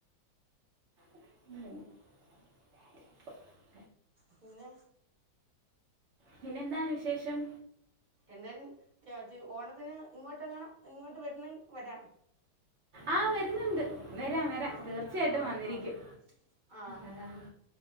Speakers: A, on the right; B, on the right.
A: ഉ
B: പിന്നെ
A: പിന്നെന്താണ് വിശേഷം
B: എന്തായാലും മറ്റേ അത് ഓണത്തിന് ഇങ്ങോട്ടെങ്ങാനും ഇങ്ങോട്ട് വരുന്നെങ്കി വരാം
A: ആ വരുന്നുണ്ട് വരാം വരാം
B: ആ
A: തീർച്ചയായിട്ടും
B: ആ
A: വന്നിരിക്കും
B: ആ ആ
A: ആ